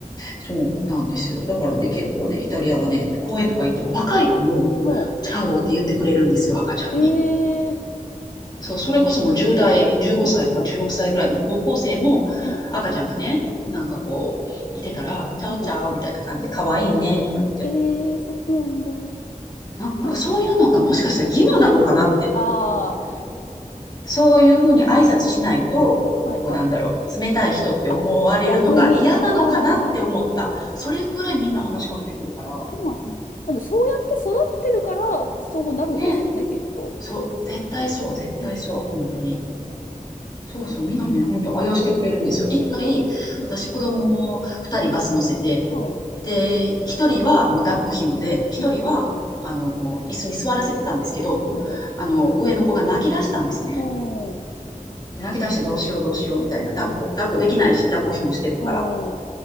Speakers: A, on the left (about 30°); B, on the left (about 70°).
A: そうなんですよ。だからね、
B: うん
A: 結構ね、イタリアはね、公園とか行っても若い子も、
B: うん。ほ
A: チャオって言ってくれるんですよ、赤ちゃんに。
B: う。えー、
A: そう、それこそもう10代、15歳とか16歳ぐらいの高校生も、
B: うん、ほう。うん、
A: 赤ちゃんがね、
B: うん、
A: なんかこう、いてたら、チャオチャオみたいな感じで、
B: ほ
A: 可愛いねとか言って。
B: う。えー、そうなんだ。
A: なんかそういうのがもしかしたら義務なのかなって。
B: あ、うん。ああ、
A: そういうふうに挨拶しないと、
B: はいはい。
A: こうなんだろう、冷たい人って思われるのが嫌なのかなって思った。
B: あ、逆に、ああ、
A: それぐらいみんな話しかけてくるから。
B: そうなんですね。まずそうやって育ってるから、そうなるんですよね、
A: ね、
B: きっと。
A: そう、絶対そう、
B: うん。
A: 絶対そう、
B: うん。
A: 本当に。そうそう、みんなね、本当あやしてくれるんですよ。
B: うん。
A: 一回、
B: うん。うん。
A: 私子供を二人バス乗せて、
B: うん。
A: で、一人はもう抱っこ紐で、
B: うん。
A: 一人は、
B: うん。うん
A: あの、椅子に座らせてたんですけど、
B: はいはい。
A: あの、上の子が泣き出したんですね。
B: うん。うん。
A: 泣き出してどうしようどうしようみたいな、
B: うん。
A: 抱っこ、
B: うん。
A: 抱っこできないし、
B: うん。
A: 抱っこ紐してるから。
B: うん。
A: っ